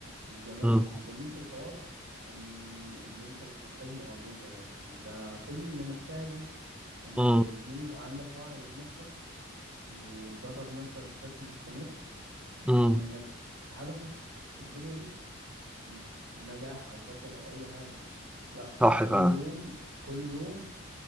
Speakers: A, on the right; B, in the centre.
A: الجما...
B: مم.
A: الجميل في الحوار ان ان انت مش محتاج معجزة انت كل اللي محتاجه انك
B: مم.
A: يا زميلي يبقى عندك وعي بنفسك و- وتدرب نفسك بشكل مستمر
B: مم.
A: وانك هدفك في الدنيا دي مش نجاح او فشل او اي حاجة لا
B: صح
A: كل
B: فعلا
A: يوم كل يوم